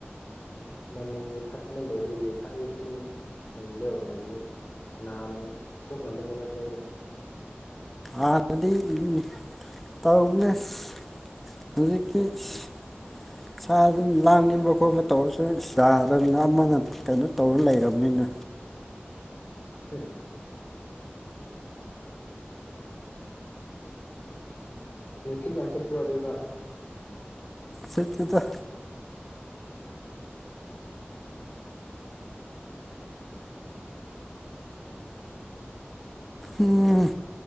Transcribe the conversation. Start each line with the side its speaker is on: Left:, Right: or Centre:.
Left: ꯃꯃꯤꯡꯒꯤ ꯊꯛꯄꯅꯦ ꯂꯣꯏꯔꯗꯤ ꯌꯨ ꯊꯛꯏꯁꯤ ꯃꯤꯡꯗꯣ ꯂꯩꯩꯅꯣ ꯅꯥꯝ ꯁꯣꯛꯅꯕꯅꯦꯕ ꯑꯩꯈꯣꯏꯗꯣ
Centre: ꯑ ꯗꯗꯤ ꯌꯨ ꯇꯧꯋꯦꯁ ꯍꯧꯖꯤꯛꯀꯤ ꯏꯁ ꯁꯥꯖꯨ ꯂꯥꯡꯅꯤꯡꯕ ꯈꯣꯠꯄ ꯇꯧꯔꯁꯨ ꯆꯥꯗ꯭꯭ꯔꯃꯤꯅ ꯑꯃꯅꯪ ꯀꯩꯅꯣ ꯇꯧꯔ ꯂꯩꯔꯕꯅꯤꯅ
Left: <unintelligible> ꯅꯨꯡꯁꯤꯠ ꯌꯥꯝ ꯁꯤꯠꯄ꯭ꯔꯣ ꯑꯗꯨꯗ
Centre: ꯁꯤꯠꯇꯤꯗ ꯎꯝ